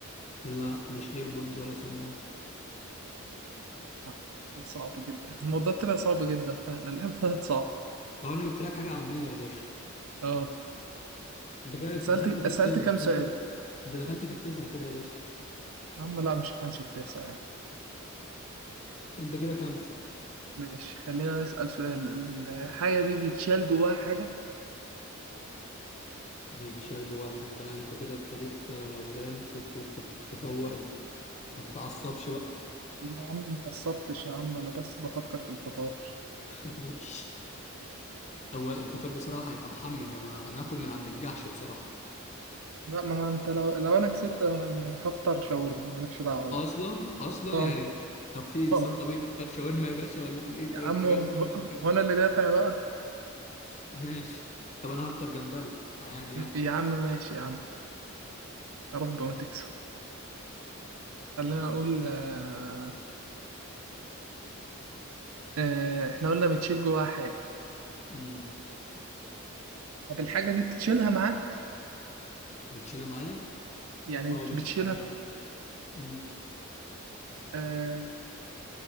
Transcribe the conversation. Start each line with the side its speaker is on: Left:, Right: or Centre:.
Left: لا مش ايربودز ولا سماعة
Right: آه، صعب جدا الموضوع طلع صعب جدا فعلا <laughs> اللعبة طلعت صعبة
Left: لو انا جبت لك حاجة عامية يا باشا
Right: اه
Left: انت كده دخلت
Right: سألت
Left: في
Right: سألت
Left: الكام
Right: كام
Left: دخلت
Right: سؤال
Left: انت دخلت في التسعة كده يا باشا
Right: يا عم لا مش كانش التاسع يعني
Left: انت كده خمسة
Right: ماشي خلينا نسأل سؤال الحاجة دي بيتشال جواها حاجة
Left: بيتشال جواها حاجة لا انت كده ابتديت آه، فاهم ت- ت- تف- تفوق لي ما تتعصبش بقى
Right: يا عم ما قصبتش يا عم انا بس بفكر في الفطار
Left: <laughs> ماشي. هو الفطار بصراحة هيبقى محمل انا انا اكل من عند الجحش بصراحة
Right: لا ما انت لو لو انا كسبت انا مش هفطر شاورما مالكش دعوة
Left: اصلا
Right: بقى
Left: اصلا
Right: اه
Left: يعني انت- طب في انسان
Right: اه
Left: طبيعي بيفطر شاورما يا باشا ولا احنا ايه
Right: يا
Left: طيب
Right: عم
Left: انت جايب
Right: هو
Left: غرامة كده
Right: هو انا اللي دافع بقى
Left: <laughs> ماشي طب انا هفطر جمبري عادي يعني
Right: يا عم ماشي يا عم يا رب ما تكسب خلينا اقول آه آه احنا قلنا بتشيل جواها حاجة
Left: امم
Right: طب الحاجة دي بتشيلها معاك
Left: بتشيلها معايا
Right: يعني
Left: اه
Right: بت-
Left: بشيلها
Right: بتشيلها
Left: معايا امم
Right: آه